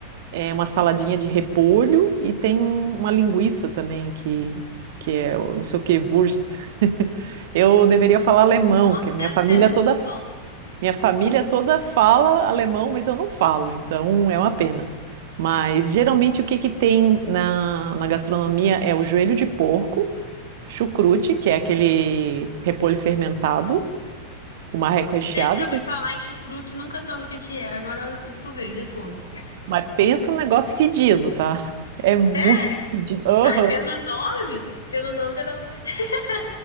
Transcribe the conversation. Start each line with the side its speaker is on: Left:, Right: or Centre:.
Right: é, uma saladinha de repolho e tem um- uma linguiça também, que, que é o não sei o que, Wurst. <laughs> Eu deveria falar alemão,
Left: Nossa,
Right: que a minha
Left: deve
Right: família
Left: ser muito
Right: é toda
Left: bom.
Right: minha família toda fala alemão, mas eu não falo, então é uma pena. Mas geralmente o que que tem na, na gastronomia é o joelho de porco, chucrute, que é aquele repolho fermentado, o marreco recheado,
Left: Sempre ouvi
Right: que-
Left: falar em chucrute, nunca soube o que que era. Agora eu descobri, repolho.
Right: mas pensa no negócio fedido, tá? <laughs> É muito
Left: Sério?
Right: fedido. Aham.
Left: Ah, pelo nome? Pelo nome já dava pra... <laughs>